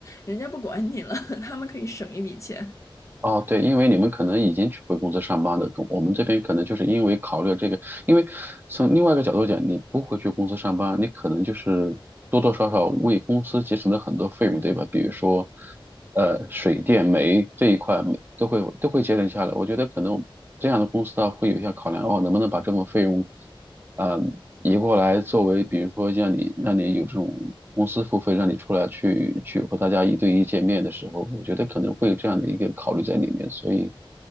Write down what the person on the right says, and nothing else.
哦，对，因为你们可能已经去回公司上班的，我们这边可能就是因为考虑这个，因为从另外一个角度讲，你不回去公司上班，你可能就是多多少少为公司节省了很多费用，对吧？比如说，呃，水电煤这一块都会都会节省下来。我觉得可能这样的公司啊，会有一些考量，哦，能不能把这份费用嗯，移过来作为，比如说让你让你有这种公司付费，让你出来去去和大家一对一见面的时候，我觉得可能会有这样的一个考虑在里面，所以